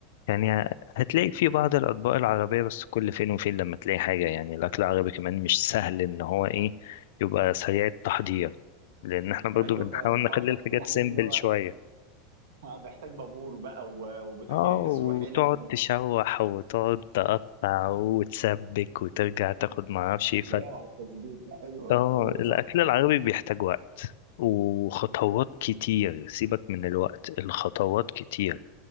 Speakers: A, on the left; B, on the right.
A: يعني هتلاقي في بعض الأطباق العربية بس كل فين وفين لما تلاقي حاجة يعني الأكل العربي كمان مش سهل إن هو إيه يبقى سريع التحضير لأن احنا برضو
B: ايوه
A: بنحاول
B: فاهم اه
A: نخلي
B: بيحتاج
A: الحاجات
B: عارف
A: سيمبل
B: اللي هو
A: شوية
B: آه، بيحتاج بابور بقى و- وبوتاجاز
A: اه وتقعد
B: وحلل و-
A: تشوح وتقعد تقطع وتسبك وترجع تاخد معرفش ايه
B: يا روعة التظبيط ايوه
A: اه
B: ايوه
A: الاكل
B: صح
A: العربي بيحتاج وقت وخطوات كتير سيبك من الوقت الخطوات كتير